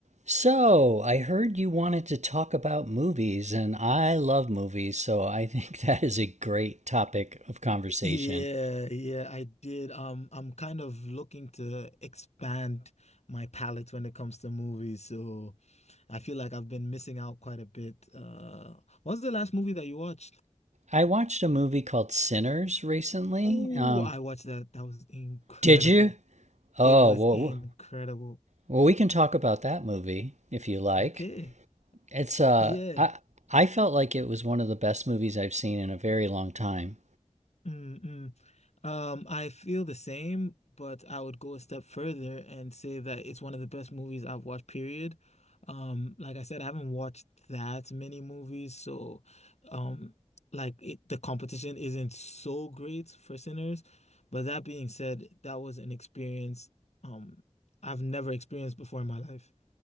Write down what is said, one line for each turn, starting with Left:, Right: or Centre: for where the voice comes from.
Right: So, I heard you wanted to talk about movies, and I love movies, so I <laughs> think that is a great topic of conversation.
Left: Yeah, yeah, I did. Um, I'm kind of looking to expand my palette when it comes to movies, so I feel like I've been missing out quite a bit. Uh, what's the last movie that you watched?
Right: I watched a movie called Sinners recently.
Left: Oh,
Right: Um,
Left: I watched that. That was incredible.
Right: did you? Oh,
Left: It was
Right: well,
Left: incredible.
Right: well, we can talk about that movie if you like.
Left: Okay.
Right: It's uh,
Left: Yeah.
Right: I I felt like it was one of the best movies I've seen in a very long time.
Left: Mm-mm. Um, I feel the same, but I would go a step further and say that it's one of the best movies I've watched, period. Um, like I said, I haven't watched that many movies, so um, like it, the competition isn't so great for Sinners. But that being said, that was an experience um I've never experienced before in my life.